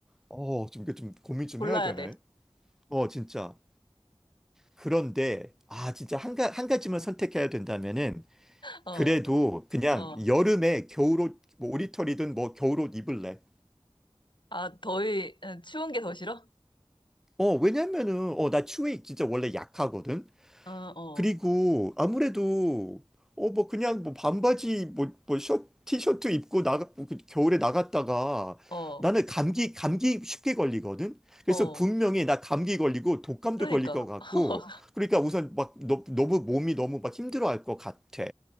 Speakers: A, in the centre; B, on the left.
A: 어, 좀 이게 좀 고민 좀
B: 골라야
A: 해야 되네.
B: 돼.
A: 어, 진짜. 그런데 아, 진짜 한, 가, 한 가지만 선택해야 된다면은
B: 어,
A: 그래도 그냥
B: 어.
A: 여름에 겨울옷 뭐 오리털이든 뭐 겨울옷 입을래.
B: 아, 더위, 어, 추운 게 더 싫어?
A: 어, 왜냐면은 어, 나 추위에 진짜 원래 약하거든.
B: 어, 어.
A: 그리고 아무래도 어 뭐 그냥 뭐 반바지 뭐뭐 셔 티셔츠 입고 나가 뭐 그 겨울에 나갔다가
B: 어,
A: 나는 감기 감기 쉽게 걸리거든. 그래서
B: 어.
A: 분명히 나 감기 걸리고 독감도
B: 그러니까.
A: 걸릴 것 같고
B: <laughs>
A: 그러니까 우선 막 너, 너무 몸이 너무 막 힘들어할 것 같아.